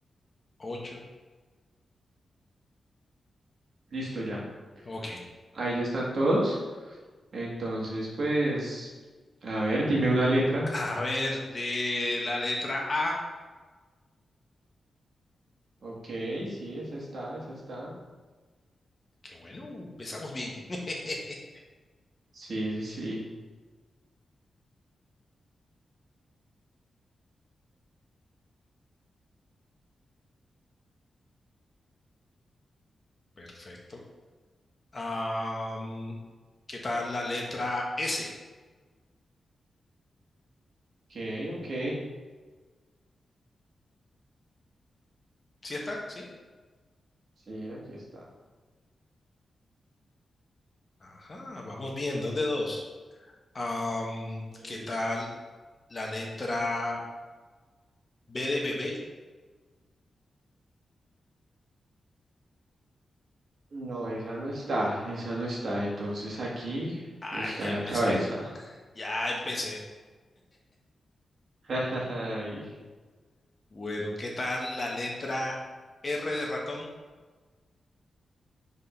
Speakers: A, on the left; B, on the right.
A: ocho.
B: Listo ya.
A: Ok.
B: Ahí ya están todos. Entonces, pues, a ver, dime una letra.
A: A ver, eh, la letra A.
B: Ok, sí, esa está, esa está.
A: Qué bueno, empezamos bien. <laughs>
B: Sí, sí, sí.
A: Perfecto. Am, ¿qué tal la letra S?
B: Ok, ok.
A: ¿Sí está? ¿Sí?
B: Sí, aquí está.
A: Ajá, vamos bien, dos de dos. Am,
B: Y
A: ¿qué tal la letra B de bebé?
B: No, esa no está, esa no está. Entonces aquí
A: Ay,
B: está
A: ya
B: la
A: empecé,
B: cabeza.
A: ya empecé.
B: <laughs> Ay,
A: Bueno, ¿qué tal la letra R de ratón?